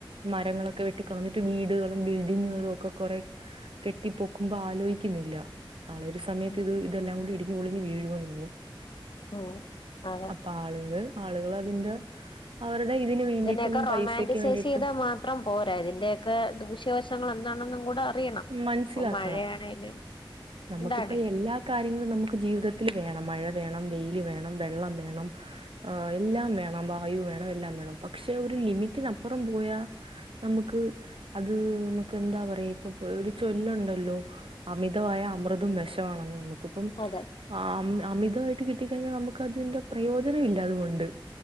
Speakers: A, on the right; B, on the left.
A: മരങ്ങളൊക്കെ വെട്ടി കളഞ്ഞിട്ട് വീടുകളും ബിൽഡിങ്ങുകളും ഒക്കെ കൊറെ കെട്ടി പൊക്കുമ്പം ആലോയ്ക്ക്ന്നില്ല ഒരു സമയത്ത്
B: ഉം
A: ഇത് ഇതെല്ലാം കൂടി ഇടിഞ്ഞ് പൊളിഞ്ഞ് വീഴും എന്നുന്ന്
B: ഉം അതെ
A: അപ്പ ആളുകള് ആളുകളതിന്റെ അവറ്ടെ ഇതിന്
B: ഇതിനെയൊക്കെ റൊമാന്റിസീസീതാ
A: പൈസക്ക് വേണ്ടിയിട്ടും
B: മാത്രം പോരാ, ഇതിന്റെയൊക്ക ദൂഷ്യവശങ്ങൾ എന്താണും കൂട റിയണം.
A: മനസ്സിലാക്കണം
B: ഇപ്പൊ മഴയാണേലും.
A: നമുക്കിപ്പ
B: എന്താണേലും
A: എല്ലാ കാര്യങ്ങളും നമുക്ക് ജീവിതത്തിൽ വേണം. മഴ വേണം, വെയില് വേണം. വെള്ളം വേണം. ഏഹ് എല്ലാം വേണം. വായു വേണം എല്ലാം വേണം പക്ഷെ ഒരു ലിമിറ്റിനപ്പുറം പോയാ നമുക്ക് അത് നമുക്ക് എന്താ പറയാ ഇപ്പൊ ഒരു ചൊല്ലുണ്ടല്ലോ അമി തായ അമൃതും വെഷവാണെന്ന് നമുക്കിപ്പം
B: അതെ
A: ആഹ് അമിതായിട്ട് കിട്ടിക്കഴിഞ്ഞ നമുക്കതിന്റെ പ്രയോജനം ഇല്ല അതുകൊണ്ട്.